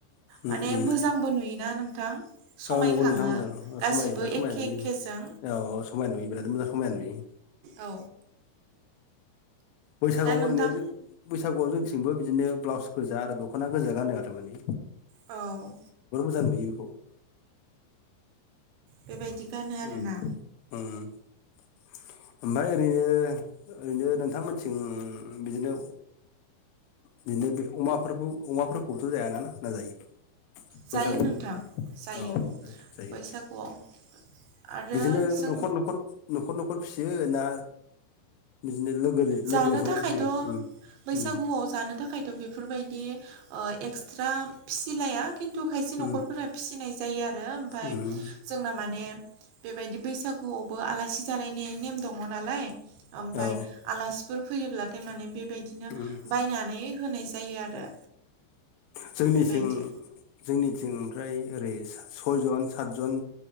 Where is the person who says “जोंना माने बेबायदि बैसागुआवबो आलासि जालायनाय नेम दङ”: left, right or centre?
Right